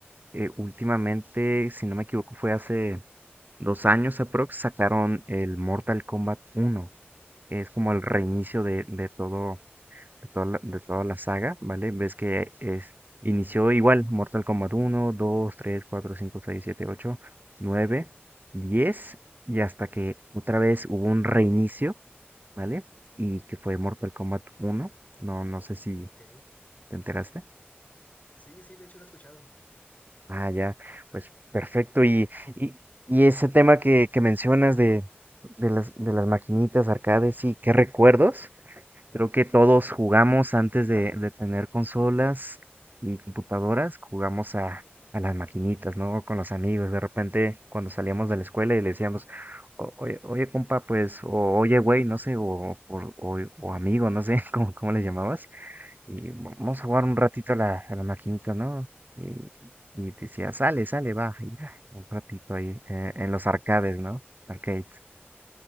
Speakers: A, on the right; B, on the left.
A: eh, últimamente, si no me equivoco, fue hace dos años aprox, sacaron el Mortal Kombat uno. Es como el reinicio de, de todo de toda la, de toda la saga, ¿vale? Ves que es, inició igual, Mortal Kombat uno, dos, tres, cuatro, cinco, seis, siete, ocho, nueve, diez y hasta que otra vez hubo un reinicio, ¿vale? Y que fue Mortal Kombat uno. no, no sé
B: Mm,
A: si
B: ok.
A: te enteraste.
B: Sí, sí, de hecho lo he escuchado.
A: Ah, ya, pues perfecto. Y, y, y ese tema que, que mencionas de, de las, de las maquinitas, arcades, sí, qué recuerdos, Creo que todos jugamos antes de, de tener consolas y computadoras, jugamos a, a las maquinitas, ¿no? Con los amigos. De repente, cuando salíamos de la escuela y le decíamos, "O- oye, oye, compa, pues, o oye, güey, no sé, o, o, o- o amigo, no sé, <laughs> cómo, cómo les llamabas, y vamos a jugar un ratito a la, a la maquinita, ¿no? Y, y decía, sale, sale, va, y ya, un ratito ahí, eh, en los arcades, ¿no? Arcades. <laughs>